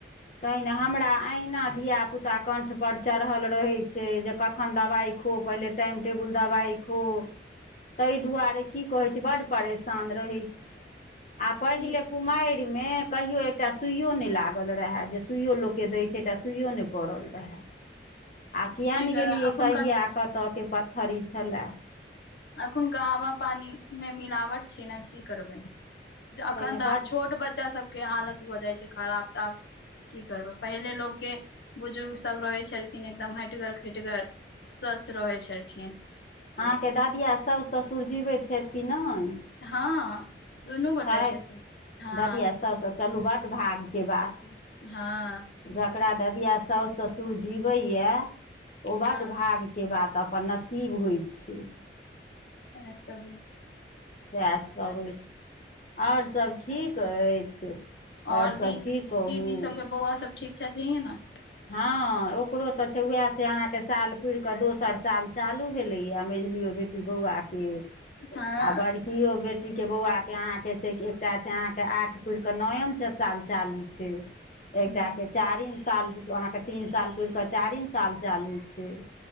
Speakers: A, on the left; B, on the left.
A: तहिने हमरा अहिना धिया पुता पुता कण्ठपर चढ़ल रहै छैय जे कखन दबाइ खो पहिले टाइम टेबुल दबाइ खो। ताहि दुआरे की कहैत छी बड्ड परेशान रहैत छी। आ पहिले
B: की
A: कुमारि मे कहियो एकटा सुइयो नहि लागल रहे। जे सुइयो लोकके दैत छैय एकटा सुइयओ नहि पड़ल रहे। आ कियैनगेलियै
B: की करबै एखुनका
A: कहिया कतयके पत्थर ई छलए।
B: अखुनका हवा पानीमे मिलावट छै, ने की करबै।
A: ताहिमे
B: अखैन तऽ आब
A: बड्ड
B: छोट बच्चा सभ के हालत हो जाइ छै, खराब तऽ आब की करबै पहिले लोक के बुजुर्ग सभ रहे छै। न एकदम हैटगर खैटगर स्वस्थ रहै छलखिन।
A: अहाँकेँ दादी आ सास ससुर जिबैत छथि कि नहि।
B: हँ। दुनू गोटा
A: छथि
B: छथिन हँ
A: ददिया सभसँ चलू बड्ड भागके बात।
B: हँ।
A: जकरा ददिया सास ससुर जीबैए तऽ ओ
B: हँ
A: बड्ड भाग। के बाद अपन नसीब होइ छै।
B: अ <unintelligible>
A: सएहसभ अछि, आओर सभ ठीक अछि। आओर
B: ओर
A: सभ
B: दीदी
A: की कहू
B: सभके बौआ सभ ठीक छथिन हे ने।
A: हँ, ओकरो तऽ छै, उएह छै अहाँकेँ साल पुइर कऽ दोसर साल चालू भेलैए मैझलियौ बेटी। बौआके
B: हँ
A: आ बड़। केओ बेटीके बौआके अहाँकेँ छै, एकटा छै अहाँकेँ आठ पुइर कऽ नएम छओ साल चालू। छै। एकटाके
B: हूँ
A: चारिम साल अहाँकेँ तीन साल पुइर कऽ चारिम साल चालू छै।